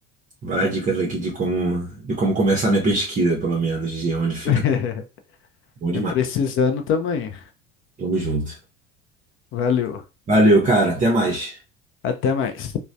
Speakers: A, on the right (about 25°); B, on the left (about 35°).
A: várias dicas aqui de como, de como começar minha pesquisa, pelo menos, de onde ficar.
B: <laughs>
A: Bom demais.
B: É precisando também.
A: Tamo junto.
B: Valeu.
A: Valeu, cara. Até mais.
B: Até mais.